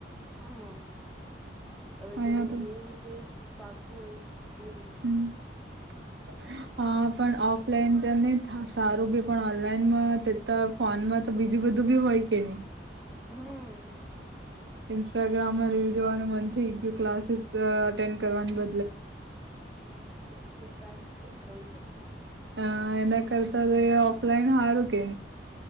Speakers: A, in the centre; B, on the right (about 85°).
A: હા હવે
B: અહીયા
A: જેને
B: તો
A: જે રીતે પાક હોય એ રીતે.
B: હમ. હા પણ ઓફલાઈન ત નહી સારું બી પણ ઓનલાઈનમાં તે તો. ફોન માં તો બીજું બધું બી હોય કે નહી.
A: હમ
B: ઇન્સ્ટાગ્રામમાં રીલ જોવાનું મન થઈ ગયું ક્લાસીસ ટેન કરવા બ
A: તો પછી ક્લાસ લઈ જાય એ.
B: અ એના કરતા તો એ ઓફલાઈન હારું કે.